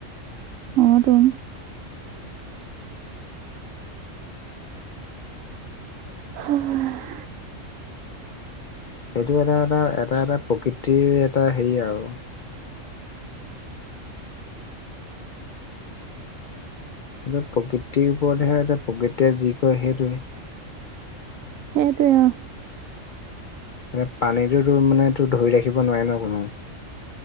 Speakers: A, on the right; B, on the left.
A: অ' টোন। হা'
B: সেইটো এটা এটা এটা এটা প্ৰকৃতিৰ এটা হেৰি আৰু। সেইটো প্ৰকৃতিৰ ওপৰতহে প্ৰকৃতিয়ে যি কয় সেইটোৱে।
A: সেইটোৱে আৰু।
B: মানে পানীটো তোৰ মানে তোৰ ধৰি ৰাখিব নোৱাৰে ন কোনেয়ো।